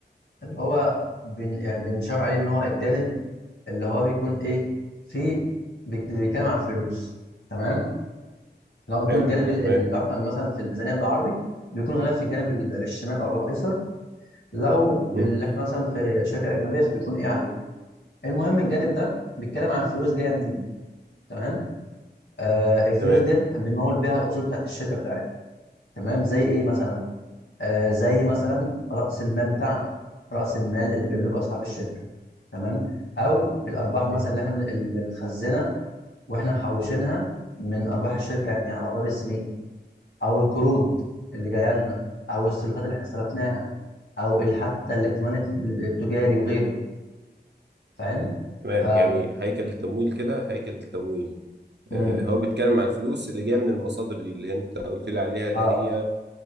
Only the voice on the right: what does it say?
حلو
تمام
مم.
تمام
مم.
تمام
يعني هيكل التمويل كده هيكل التمويل
آه، هو بيتكلم عن الفلوس اللي جايه من المصادر دي اللي انت قلت لي عليها اللي
هي